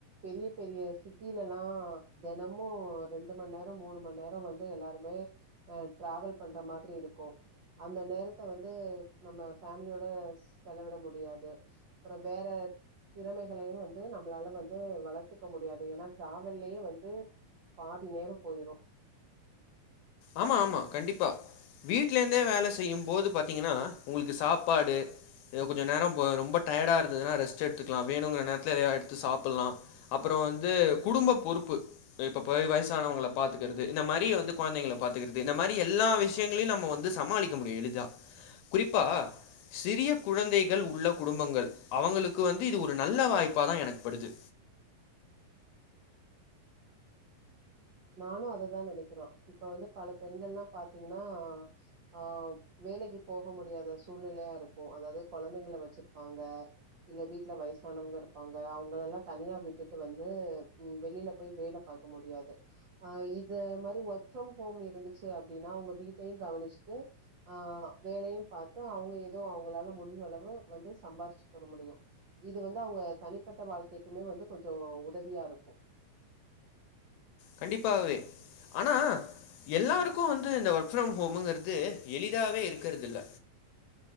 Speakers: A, on the right; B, on the left.
A: பெரிய பெரிய சிட்டிலலா தெனமு ரெண்டு மண்நேரோ மூணு மண்நேரோ வந்து எல்லாருமே அ ட்ரவல் பண்ற மாதிரி இருக்கு அந்த நேரத்த வந்து நம்ம ஃபமிலியோட செலவிட முடியாது அப்புறோ வேற திறமைகளையு வந்து நம்மளால வந்து வளத்துக்க முடியாது ஏனா ட்ரவல்லயே வந்து பாதி நேரோ போயிரு
B: ஆமா ஆமா கண்டிப்பா வீட்ல இருந்தே வேல செய்யும் போது பாத்தீங்கன்னா உங்களுக்கு சாப்பாடு எதோ கொஞ்ச நேரம் ப ரொம்ப டயர்டா இருந்ததுன்னா ரெஸ்ட் எடுத்துக்லா வேணுங்குற நேரத்துல எதையா எடுத்து சாப்புல்லா அப்புறோ வந்து குடும்ப பொறுப்பு இப்ப போய் வயசானவங்கள பாத்துக்கறது இந்த மாரி வந்து கொழந்தைங்கள பாத்துக்கிறது இந்த மாரி எல்லா விஷயங்களையு நம்ம வந்து சமாளிக்க முடியு எளிதா குறிப்பா சிறிய குழந்தைகள் உள்ள குடும்பங்கள் அவங்களுக்கு வந்து இது ஒரு நல்ல வாய்ப்பா தா எனக்கு படுது
A: நானு அததா நெனக்கிற இப்ப வந்து பல பெண்கள்ல்லா பாத்தீங்னா ஆ வேலைக்கு போக முடியாத சூழ்நிலையா இருக்கு அதாது கொழந்தைங்கள வச்சிருப்பாங்க இல்ல வீட்ல வயசானவங்க இருப்பாங்க அவுங்கலலா தனியா விட்டுட்டு வந்து ம் வெளில போய் வேல பாக்க முடியாது ஆ இத மாரி ஒர்க் ஃப்ரம் ஹோம் இருந்துச்சு அப்டின்னா உங்க வீட்டயு கவனிச்சுட்டு ஆ வேலையு பாத்து அவுங்க ஏதோ அவுங்களால முடிஞ்ச அளவு வந்து சம்பாரிச்சுக்குர முடியு இது வந்து அவங்க தனிப்பட்ட வாழ்க்கைக்குமே வந்து கொஞ்சோ உதவியா இருக்கு
B: கண்டிப்பாகவே ஆனா எல்லாருக்கு வந்து இந்த ஒர்க் ஃப்ரம் ஹோமுங்கறது எளிதாவே இருக்குறதில்ல